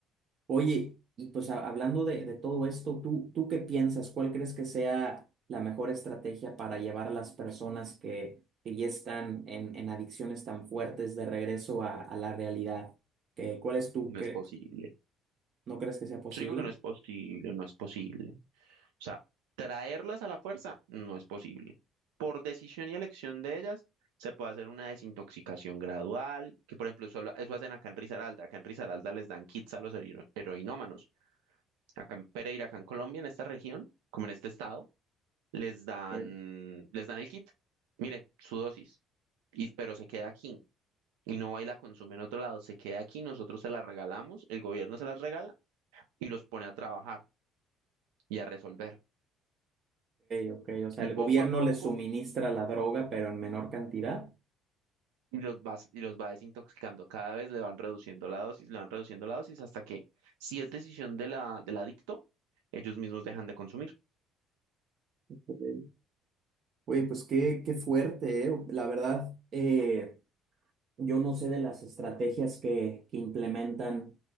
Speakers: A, on the right; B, on the right.
A: Oye, y pues ha- hablando de, de todo esto, ¿tú, tú qué piensas? ¿Cuál crees que sea la mejor estrategia para llevar a las personas que, que ya están en, en adicciones tan fuertes de regreso a, a la realidad? ¿Qué- cuál es tu,
B: No
A: cre-
B: es posible.
A: no crees que sea posible?
B: Yo digo que no es posible, no es posible. O sea, traerlas a la fuerza no es posible. Por decisión y elección de ellas, se puede hacer una desintoxicación gradual, que por ejemplo, eso, lo- eso hacen acá en Risaralda. Acá en Risaralda les dan kits a los hero- heroinómanos. Acá en Pereira, acá en Colombia, en esta región, como en este estado, les dan,
A: Ok,
B: les dan el kit. Mire, su dosis, y, pero se queda aquí. Y no va y la consume en otro lado, se queda aquí, nosotros se la regalamos, el gobierno se las regala y los pone a trabajar y a resolver.
A: ok, o sea,
B: Y
A: el
B: poco
A: gobierno
B: a poco
A: les suministra la droga, pero en menor cantidad.
B: y los vas, y los va desintoxicando. Cada vez le van reduciendo la dosis, le van reduciendo la dosis hasta que, si es decisión de la, del adicto, ellos mismos dejan de consumir.
A: Ok. Oye, pues qué, qué fuerte, ¿eh? La verdad, eh, Yo no sé de las estrategias que, que implementan